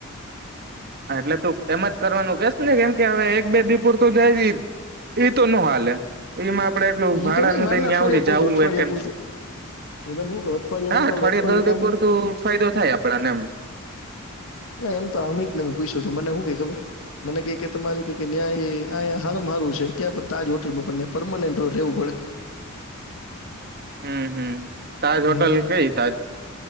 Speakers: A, on the right (about 50°); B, on the left (about 70°).
A: હા એટલે તું એમજ કરવાનું કેસ ને કેમ કે હવે એક બે દી પૂરતું જાયદીપ. ઈ તો ન હાલે, એમાં આપડે એટલું
B: ઈ
A: ભાડા
B: તો નઈ
A: નુ
B: માનલા
A: દયં ન્યા
B: અઠવાડિયા
A: સુધી
B: પૂરતું
A: જાવુ ને
B: અઠવાડિયા
A: કેમ.
B: પૂરતું હું તને હું કઉ અઠવાડિયા
A: ના
B: પૂરતું
A: અઠવાડિયા
B: આપડે અઠવાડિયું
A: દસ દી
B: કામ
A: પુરતુ ફાયદો થાય આપડને એમ.
B: અલા એમ તો અમિત પૂછ્યું તું મને હું ક ઈ ખબર, મને ક ઈ તમારે ન્યાય હારામા હારું છે. હોટલમાં પણ પરમનન્ટ રેવું પડે.
A: હમ હમ. તાજ
B: હમ,
A: હોટલ કઈ તાજ